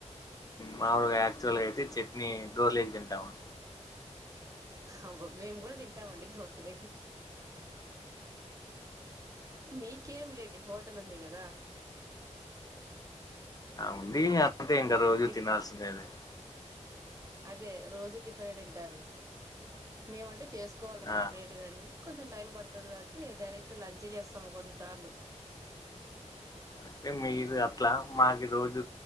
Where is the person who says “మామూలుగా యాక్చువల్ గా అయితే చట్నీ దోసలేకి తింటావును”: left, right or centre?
Left